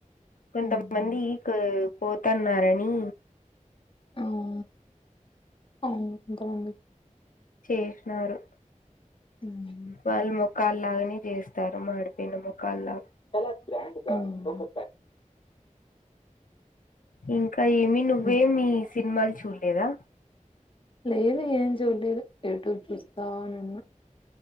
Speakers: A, on the left (about 90°); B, on the left (about 40°).
A: కొంతమంది
B: హ్మ్.
A: క పోతన్నారనీ
B: అవు అవు ఇంకా <inaudible>
A: చేషినారు.
B: హ్మ్.
A: వాల్లు మొ కాల్లాగనే జేస్తారు, మాడిపోయిన మొకాల్లా.
B: చాలా గ్రాండ్ గా <unintelligible>
A: హ్మ్ కా ఏమి నువ్వే
B: హ్మ్.
A: మీ సినిమాల్ చూళ్లేదా?
B: లేదు ఏం చూడలేదు, ఎటో చుస్తావున్న.